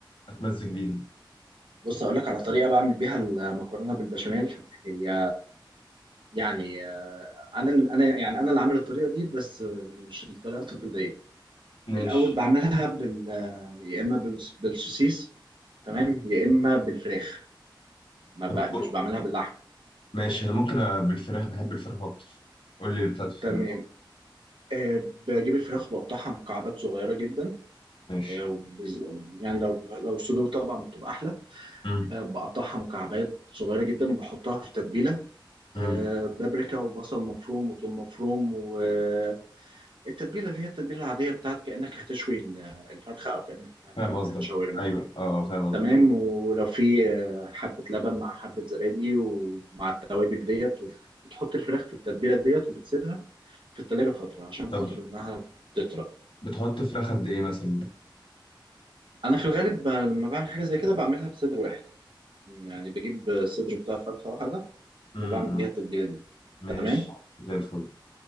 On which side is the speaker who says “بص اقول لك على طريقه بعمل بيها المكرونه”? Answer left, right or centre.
Right